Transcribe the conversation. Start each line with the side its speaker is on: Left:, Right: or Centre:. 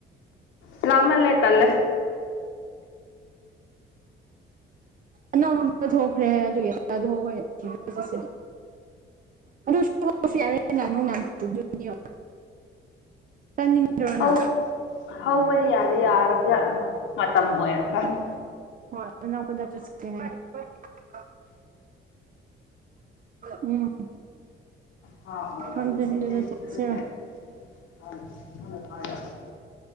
Left: ꯂꯥꯞꯃꯜꯂꯦ ꯇꯜꯂꯦ
Right: ꯑꯅꯝ ꯊꯣꯛꯈ꯭ꯔꯦ ꯑꯗꯨꯒꯤ ꯑꯗꯨꯒ ꯍꯣꯏ ꯊꯤꯕ ꯆꯠꯁꯦ ꯑꯗꯨ <unintelligible> <unintelligible> ꯆꯥꯅꯤꯡꯗ꯭ꯔꯣꯅ
Left: ꯍꯧ ꯍꯧꯕꯗꯤ ꯌꯥꯗꯤ ꯌꯥꯒꯗꯔ꯭ ꯃꯇꯝ ꯑꯣꯏꯔꯛꯀꯅꯤ
Right: ꯍꯣꯏ ꯑꯔꯥꯞꯄꯗ ꯆꯠꯁꯦ ꯍꯥꯏ <unintelligible> ꯎꯝ
Left: ꯍꯥꯥ ꯃꯣꯅ
Right: ꯈꯪꯗꯦꯗꯨꯗ
Left: <unintelligible>
Right: ꯆꯠꯁꯤꯔꯣ
Left: <inaudible> <inaudible>